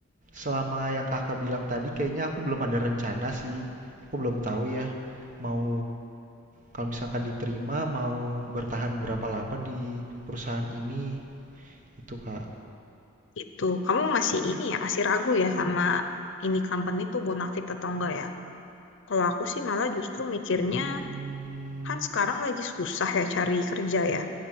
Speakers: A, on the right; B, on the left.
A: selama yang Kakak bilang tadi kayaknya aku belum ada rencana sih. Aku belum tahu ya mau kalau misalkan diterima mau bertahan berapa lama di perusahaan ini itu kak
B: itu kamu masih ini ya masih ragu ya sama ini company tuh bonafit atau enggak ya kalau aku sih malah justru mikirnya
A: hmm
B: Kan sekarang lagi susah ya cari kerja ya.